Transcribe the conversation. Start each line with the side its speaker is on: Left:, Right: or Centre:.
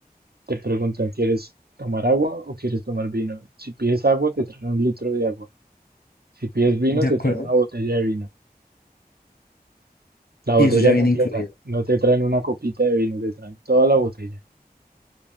Right: Te preguntan, ¿quieres tomar agua o quieres tomar vino? Si pides agua, te traen un litro de agua. Si pides vino,
Left: De
Right: te
Left: acuerdo.
Right: traen una botella de vino. La botella
Left: Y eso ya viene
Right: completa.
Left: incluido.
Right: No te traen una copita de vino, te traen toda la botella.